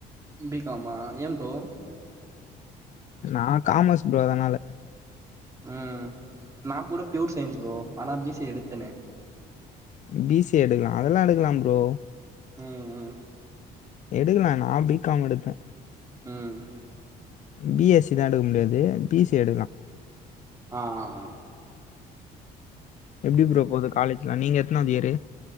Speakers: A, on the right; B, on the left.
A: பி காமா ஏம் ப்ரோ
B: நா காமஸ் ப்ரோ அதனால
A: உம் நா கூட பியூர் சயின்ஸ் ப்ரோ ஆனா பி சி எடுத்தனே
B: பி சி ஏ எடுக்லா அதெலா எடுக்லாம் ப்ரோ
A: உம் உம்
B: எடுக்கலா நா பி காம் எடுத்தே
A: உம்
B: பி எஸ் சி தா எடுக்க முடியாது பி சி எடுக்லா
A: ஆ ஆ ஆ
B: எப்டி ப்ரோ போது காலேஜ்லா நீங்க எத்னாவதியரு